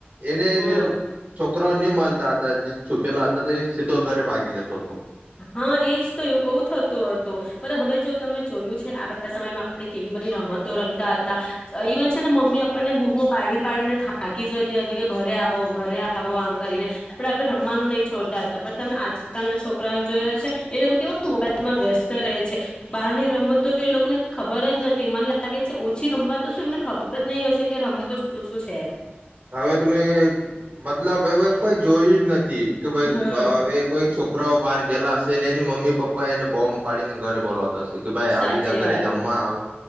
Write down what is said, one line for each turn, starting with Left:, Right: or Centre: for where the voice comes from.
Right: એને
Left: હમ
Right: જ છોકરા ન્યુ મળલતા હતા જે છુપેલા હતા તે સીધો ઘરે ભાગી જતો હતો.
Left: હા એજ તો એવું બહુ થતું હતું પણ હવે જો તમે જોયું છે આપણા સમયમાં આપણે કેવી બધી રમતો રમતા હતા, ઇવન છે ને મમ્મી આપણને બૂમો પાડી પાડીને થા થાકી જતી હતી કે ઘરે આવ. ઓ ઘરે આવો આમ કરીને પણ આપડે રમવાનું નહી છોડતા હતા બટ તમે આજકાલના છો કરાંત જોયો છે. એ લોકો કેવા મોબાઈલમાં વ્યસ્ત રહે. છે બહાર ની રમતો તો એ લોકોને ખબર જ નથી મને લાગે છે ઓછી રમવા તો શું એમને ખબર જ નહી હશે કે રમતો શું શું છે.
Right: હવે તમે મતલબ એવે કોઈ જોયું જ નથ તે કે ભાઈ
Left: હા
Right: હવે કોઈ છોકરાઓ બાર ગેલા હશે ને અની મમ મમ્મી પપ્પા એને બોમ્બ પાડીને ઘરે બોલાવતા હશે કે ભાઈ
Left: સાચી
Right: આવી જ ઘરે
Left: વાત
Right: જમવા આવ